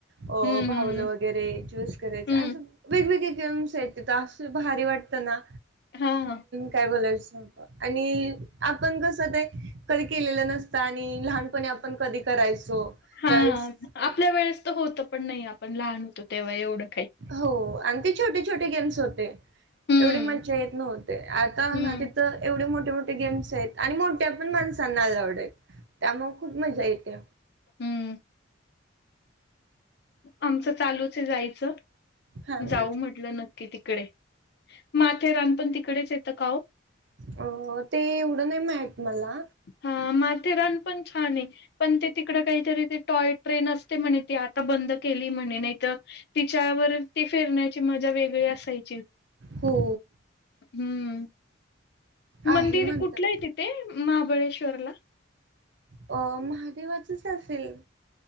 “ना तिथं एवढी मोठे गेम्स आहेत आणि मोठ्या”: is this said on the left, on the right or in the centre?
Right